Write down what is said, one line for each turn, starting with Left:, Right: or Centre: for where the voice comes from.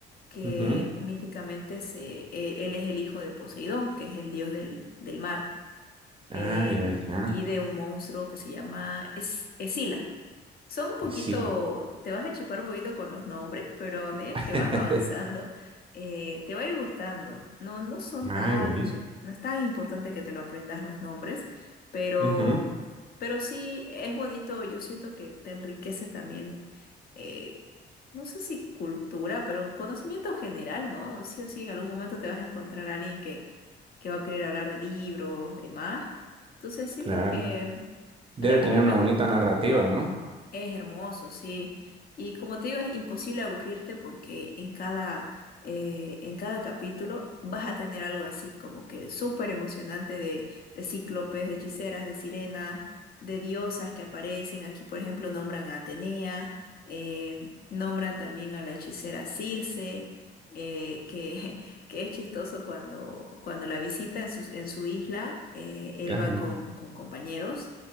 Left: que
Right: Ujú.
Left: míticamente se, eh, él es el hijo de Poseidón, que es el dios del, del mar.
Right: Ay,
Left: eh,
Right: ay, ya.
Left: y de un monstruo que se llama Es- Escila. Son un poquito,
Right: Sí. la-
Left: te vas a chipar un poquito con los nombres, pero a medida
Right: <laughs>
Left: que vas avanzando, eh, te va a ir gustando. No, no son
Right: Ay,
Left: tan,
Right: buenísimo.
Left: no es tan importante que te lo aprendas los nombres, pero,
Right: Ujú,
Left: pero sí es bonito. Yo siento que te enriquece también, eh, no sé si cultura, pero conocimiento general, ¿no? Sí o sí, en algún momento te vas a encontrar a alguien que que va a querer hablar de libros, de más. Entonces siento
Right: Claro.
Left: que
Right: Debe
Left: a la hora
Right: tener
Left: a mí
Right: una
Left: me gusta.
Right: bonita narrativa, ¿no?
Left: Es hermoso, sí. Y como te digo, es imposible aburrirte porque en cada, eh, en cada capítulo vas a tener algo así como que súper emocionante de, de cíclopes, de hechiceras, de sirenas, de diosas que aparecen. Aquí, por ejemplo, nombran a Atenea, eh, nombran también a la hechicera Circe, eh, que, <laughs> que es chistoso cuando, cuando la visita en su, en su isla, eh, él
Right: Ajá.
Left: va con, con compañeros